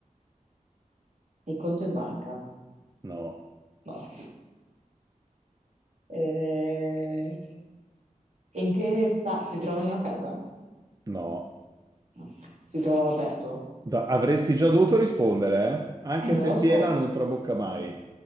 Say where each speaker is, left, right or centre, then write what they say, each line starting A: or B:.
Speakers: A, on the right (about 60°); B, on the right (about 25°).
A: Il conto in banca?
B: No,
A: No. Eh, in che sta... Si trova in una casa?
B: no.
A: No. Si trova all'aperto?
B: Da- avresti già dovuto rispondere, eh? Anche
A: Eh, non
B: se
A: lo so.
B: piena non trabocca mai.